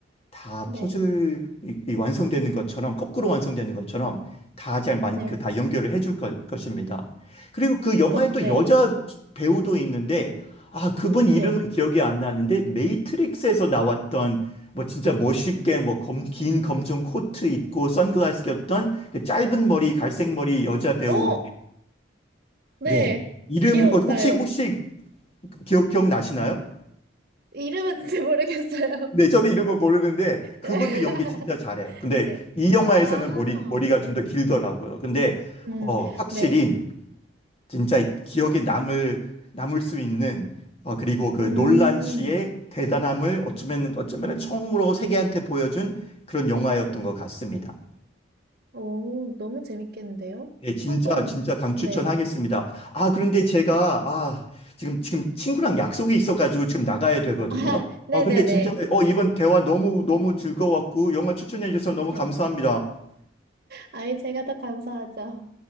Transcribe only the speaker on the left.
다
퍼즐이 이 완성되는 것처럼 거꾸로 완성되는 것처럼 다 잘만그다
연결을 해줄 것, 것입니다. 그리고 그 영화에
또
여자 배우도 있는데 아 그분
이름은 기억이 안 나는데 메이트릭스에서 나왔던 뭐 진짜 멋있게 뭐 검, 긴 검정 코트 입고 선글라스 꼈던 그 짧은 머리 갈색 머리 여자 배우
네 이름
어, 혹시 혹시 기억 기억나시나요?
네, 저도 이름은 모르는데 그분도
연기 진짜 잘해요. 근데
이 영화에서는
머리, 머리가 좀 더 길더라고요. 근데
어, 확실히
진짜 기억에 남을 남을 수 있는 어, 그리고 그
놀란 씨의 대단함을 어쩌면 어쩌면 처음으로 세계한테 보여준 그런 영화였던 것 같습니다.
네, 진짜,
진짜 강추천하겠습니다.
아, 그런데 제가, 아, 지금, 지금 친구랑 약속이 있어가지고 지금 나가야 되거든요.
어, 근데 진짜, 어, 이번 대화 너무, 너무 즐거웠고, 영화 추천해주셔서 너무
감사합니다.